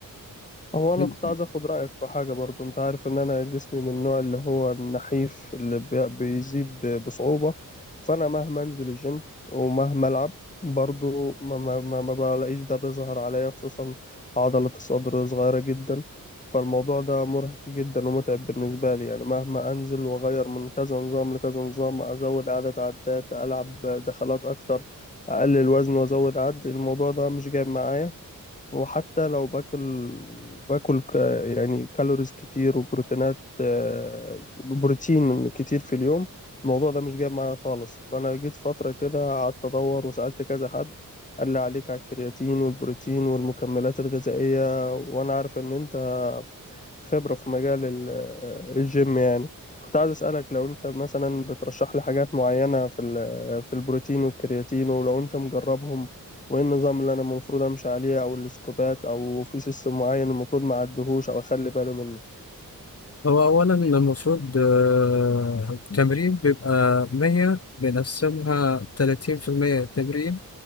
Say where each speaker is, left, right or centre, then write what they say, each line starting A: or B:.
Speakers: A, on the left; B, on the left.
A: هو انا
B: يعني.
A: كنت عايز اخد رايك في حاجه برضو انت عارف ان انا جسمي من النوع اللي هو النحيف اللي بي- بيزيد ب- بصعوبه فانا مهما انزل الجيم ومهما العب برضو ما, ما, ما, ما بلاقيش ده بيظهر عليا خصوصا عضله الصدر صغيره جدا فالموضوع ده مرهق جدا ومتعب بالنسبه لي يعني مهما انزل واغير من كذا نظام لكذا نظام ازود عدد عدات العب دخلات اكتر اقلل وزن وازود عد الموضوع ده مش جايب معايا وحتى لو باكل باكل ك يعني كالوريز كتير وبروتينات آه، بروتين كتير في اليوم الموضوع ده مش جايب معايا خالص فأنا جيت فترة كده قعدت أدور وسألت كذا حد قال لي عليك على الكرياتين والبروتين والمكملات الغذائية وأنا عارف إن أنت خبرة في مجال ال- الجيم يعني كنت عايز أسألك لو أنت مثلا بترشح لي حاجات معينة في ال- آه، في البروتين والكرياتين ولو أنت مجربهم وإيه النظام اللي أنا المفروض أمشي عليه أو السكوبات أو في سيستم معين المفروض ما أعدهوش أو أخلي بالي منه
B: هو أولا المفروض آه، التمرين بيبقى مية بنقسمها تلاتين في المية تمرين